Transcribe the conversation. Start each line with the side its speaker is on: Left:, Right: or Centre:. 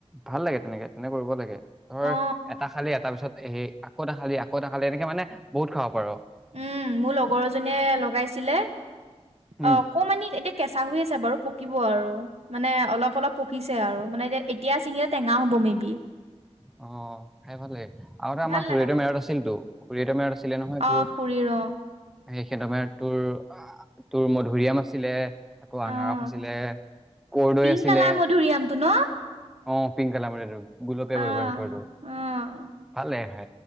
Centre: ভাল লাগে তেনেকে, তেনেকে কৰিব লাগে ধৰ
Right: অ
Centre: এটা খালি এটা পিছত। পাছত হে আকৌ এটা খালি আক এটা খালি এনেকে মানে বহুত খাব পাৰ।
Right: উম মোৰ লগৰ এজনীয়ে লগাইছিলে
Centre: উম
Right: অকমানি এতিয়া কেঁচা হৈ আছে। বাৰু পকিব আৰু মানে অলপ অলপ পকিছে আৰু মানে এ এতিয়া চিঙি টেঙা হ'ব মে বি।
Centre: অ খাই ভাল লাগে। আৰুতে আমাৰ
Right: ভাল
Centre: খুৰয়তৰ
Right: লাগে ভাল
Centre: মেৰাত
Right: লাগে
Centre: আছিলতো খুৰয়তৰ মেৰাত আছিলে নহয়
Right: অ
Centre: তোৰ।
Right: খুৰীৰ অ
Centre: সেইখেদমে তোৰ তোৰ মধুৰিআম আছিলে। আকৌ
Right: অ
Centre: আনাৰস আছিলে, কৰদৈ
Right: পিংক
Centre: আছিলে।
Right: কালাৰ মধুৰিআমটো ন
Centre: অ পিংক কালাৰৰ এইটো গোলপীয়া
Right: অ
Centre: গোলপীয়া হৈ থকাটো,
Right: অ
Centre: ভাল লাগে খাই।